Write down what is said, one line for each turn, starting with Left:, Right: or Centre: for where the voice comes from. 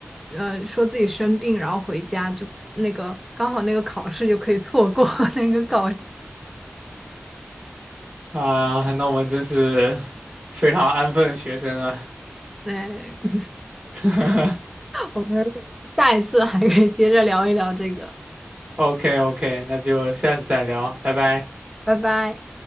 Centre: 呃，说自己生病，然后回家就那个刚好那个考试就可以错过 <laughs> 那个考试。
Right: 啊，那我们真是非常安分的学生啊。
Centre: 哎 <laughs>
Right: <laughs>
Centre: 我们下一次还可以接着聊一聊这个，
Right: OK OK，那就下次再聊，拜拜。
Centre: 拜拜。